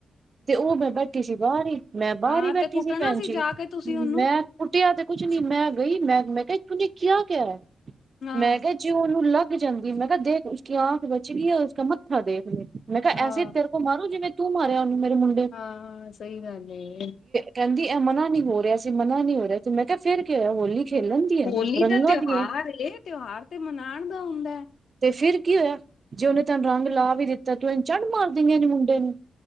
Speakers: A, on the right; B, on the left.
A: ਤੇ ਉਹ ਮੈਂ ਬੈਠੀ ਸੀ, ਬਾਹਰ ਈ। ਮੈਂ ਬਾਹਰ
B: ਹਾਂ
A: ਈ ਬੈਠੀ
B: ਤੇ ਕੁੱਟਣਾ
A: ਸੀ ਭੈਣ ਜੀ।
B: ਜਾ ਕੇ ਤੁਸੀਂ ਉਹਨੂੰ
A: ਮੈਂ ਕੁੱਟਿਆ ਤੇ ਕੁਛ ਨੀ। ਮੈਂ ਗਈ ਮੈਂ-ਮੈਂ ਕਿਹਾ ਤੂੰਨੇ ਕਿਹਾ ਕਿਆ।
B: ਹਾਂ,
A: ਮੈਂ ਕਿਹਾ ਜੇ ਓਨੂੰ ਲੱਗ ਜਾਂਦੀ। ਮੈਂ ਕਿਹਾ ਦੇਖ, ਉਸਕੀ ਆਂਖ ਬੱਚਗੀ ਏ। ਉਸਕਾ ਮੱਥਾ ਦੇਖ ਲੇ। ਮੈਂ ਕਿਹਾ,
B: ਹਾਂ,
A: ਐਸੇ ਤੇਰ ਤੋਂ ਮਾਰੂ। ਜਿਵੇਂ ਤੂੰ ਮਾਰਿਆ ਉਹਨੂੰ, ਮੇਰੇ ਮੁ
B: ਹਾਂ, ਸਹੀ ਗੱਲ ਏ।
A: ਕਹਿੰਦੀ ਐਹ ਮਨਾ ਨੀ ਹੋ ਰਿਹਾ ਸੀ। ਮਨਾ ਨੀ ਹੋ ਰਿਹਾ ਤੇ ਮੈਂ ਕਿਹਾ ਫੇਰ ਕੀ ਹੋਇਆ। ਹੋਲੀ ਖੇਲਣ ਦੀ ਹੈ
B: ਹੋਲੀ
A: ਰੰਗਾਂ
B: ਦਾ ਤਿਉਹਾਰ
A: ਦੀ ਹੈ।
B: ਏ। ਤਿਉਹਾਰ ਤੇ ਮਨਾਂਣ ਦਾ ਹੁੰਦਾ ਐ।
A: ਤੇ ਫਿਰ ਕੀ ਹੋਇਆ। ਜੇ ਉਹਨੇ ਤੈਨੂੰ ਰੰਗ ਲਾ ਵੀ ਦਿੱਤਾ। ਤੂੰ ਇਹਨੂੰ ਚੰਡ ਮਾਰ ਦੇਨੀ ਆਂ ਨੇ ਮੁੰਡੇ ਨੂੰ।